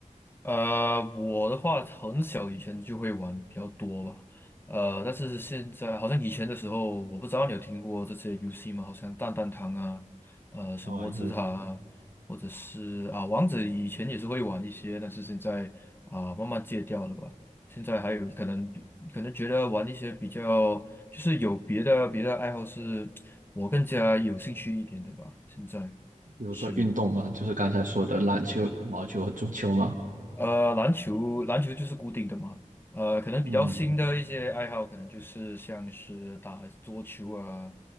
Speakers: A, on the left; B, on the right.
A: 呃，我的话很小以前就会玩比较多吧，呃，但是现在好像以前的时候，我不知道你有听过这些游戏吗？好像蛋蛋堂啊，呃，什么之塔啊，
B: 哦，有，
A: 或者是啊王者，以前也是会玩一些，但是现在啊慢慢戒掉了吧。现在还有可能比可能觉得玩一些比较就是有别的别的爱好是我更加有兴趣一点的吧。现在
B: 比如说运动嘛，
A: 是。
B: 就是刚才说的篮球、羽毛球和足球嘛。
A: 呃，篮球，篮球就是固定的嘛。呃，可能比较新的一些爱好，
B: 嗯
A: 可能就是像是打桌球啊，